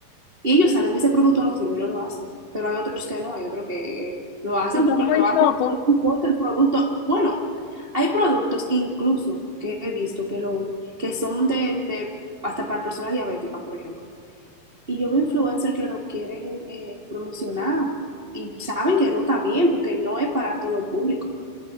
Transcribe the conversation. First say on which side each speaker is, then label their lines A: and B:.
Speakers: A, on the right; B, on the left.
A: Y ellos saben que ese producto no sirve y no lo hacen. Pero hay otros que no, hay otros que eh, lo hacen
B: Yo soy
A: porque
B: muy
A: lo hacen,
B: poco.
A: no importa el producto. Bueno, hay productos incluso que he visto que, lo, que son de, de- hasta para personas diabéticas, por ejemplo. Y yo veo influencers que lo quieren eh, promocionar y saben que no está bien porque no es para todo público.